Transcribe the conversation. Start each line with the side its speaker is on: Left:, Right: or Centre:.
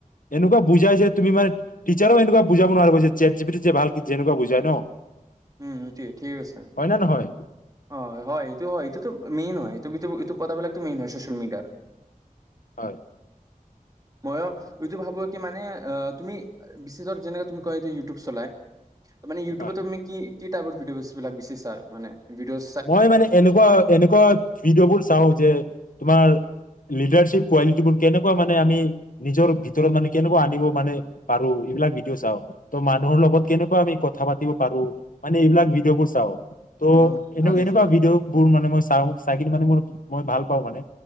Left: এনেকুৱা বুজাই যে তুমি মানে টিচাৰেও এনেকুৱা বুজাব নোৱাৰিব যে জেট জি পি টিত যে ভাল কি যেনেকুৱা বুজাই ন।
Right: উম, এইটোৱে, ঠিকে কৈছা।
Left: হয়নে নহয়?
Right: হয় হয় এইটো হয় এইটোতো মেইন হয়। এই কথাবিলাকতো মেইন হয় ছ'চিয়েল মিডিয়াৰ।
Left: হয়।
Right: মইয়ো এইটো ভাবো কি মানে অ' তুমি বিচ্ছেদৰ যেনেকে তুমি কয় ইউটিউব চলাই। মানে ইউটিউবত
Left: হয়
Right: তুমি কি, কি টাইপৰ ভিডিঅ' বিলাক বিচিছা মানে ভিডিঅ'
Left: মই মানে এনেকুৱা, এনেকুৱা ভিডিঅ' বোৰ চাওঁ যে তোমাৰ লিডাৰশ্বিপ কোৱালিটিবোৰ কেনেকুৱা মানে আমি নিজৰ ভিতৰত মানে কেনেকুৱা আনিব মানে পাৰোঁ এইবিলাক ভিডিঅ' চাওঁ। ত' মানুহৰ লগত কেনেকুৱা আমি কথা পাতিব পাৰোঁ মানে এইবিলাক ভিডিঅ'বোৰ চাওঁ ত'
Right: অ
Left: এনে
Right: ভালে
Left: এনেকুৱা
Right: তেতিয়া
Left: ভি ডিঅ মানে মই চাওঁ,। চাই কি মানে মোৰ মই ভাল পাওঁ মানে।